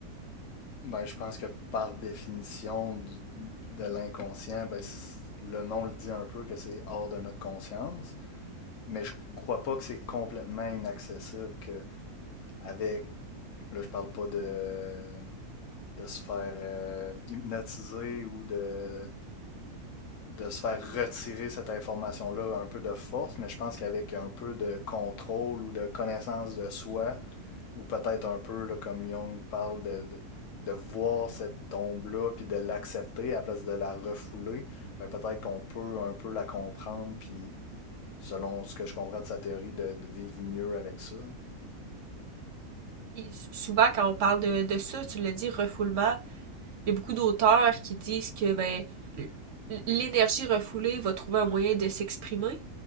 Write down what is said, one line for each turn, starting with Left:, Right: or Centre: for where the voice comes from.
Left: Ben, je pense que par définition du- de l'inconscient, ben, c- le nom le dit un peu que c'est hors de notre conscience. Mais je crois pas que c'est complètement inaccessible que avec là je parle pas de de se faire euh, hypnotiser ou de de se faire retirer cette information-là un peu de force, mais je pense qu'avec un peu de contrôle ou de connaissance de soi, ou peut-être un peu là, comme Jung parle de, de, de voir cette tombe-là, puis de l'accepter à la place de la refouler, ben peut-être qu'on peut un peu la comprendre, puis selon ce que je comprends de sa théorie, de, de vivre mieux avec ça.
Right: Et souvent, quand on parle de, de ça, tu le dis, refoulement, il y a beaucoup d'auteurs qui disent que ben l'énergie refoulée va trouver un moyen de s'exprimer.